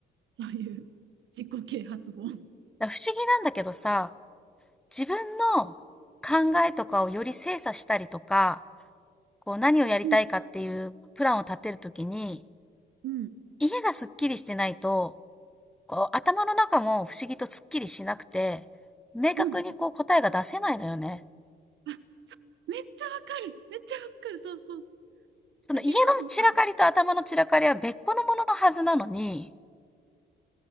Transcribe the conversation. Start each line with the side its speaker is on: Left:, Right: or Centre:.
Right: そういう自己啓発本。
Centre: だから不思議なんだけどさ、自分の考えとかをより精査したりとか、こう何をやりたいかっていうプランを立てるときに、
Right: うん。うん
Centre: 家がすっきりしてないと、こう頭の中も不思議とすっきりしなくて、明確にこう答えが出せないのよね。
Right: うん。あ、そうめっちゃわかる。めっちゃわかる。そうそう。
Centre: その家の散らかりと頭の散らかりは別個のもののはずなのに、
Right: だけど、まあ、